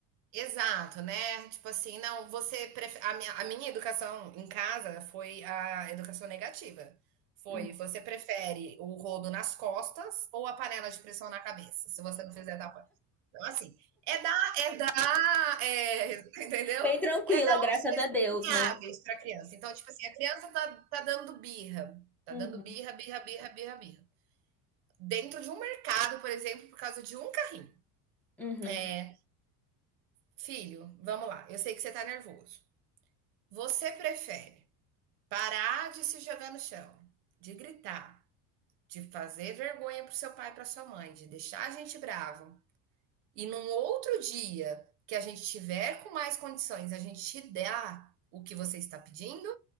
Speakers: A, on the right (about 60°); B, in the centre.
A: Exato, né? Tipo assim, não, você prefere. A minha, a minha educação em casa foi a educação negativa. Foi,
B: Uhum,
A: você prefere o rodo nas costas ou a panela de pressão na cabeça, se você não fizer da coisa. Então, assim, é dar, é dar, é, <laughs> entendeu?
B: Bem tranquila,
A: É dar
B: graças
A: opções
B: a Deus,
A: viáveis
B: né?
A: para a criança. Então, tipo assim, a criança tá, tá dando birra, tá
B: uhum,
A: dando birra, birra, birra, birra, birra. Dentro de um mercado, por exemplo, por causa de um carrinho.
B: uhum,
A: É, filho, vamos lá, eu sei que você tá nervoso. Você prefere parar de se jogar no chão, de gritar, de fazer vergonha para seu pai e para sua mãe, de deixar a gente bravo, e num outro dia que a gente tiver com mais condições, a gente te dá o que você está pedindo?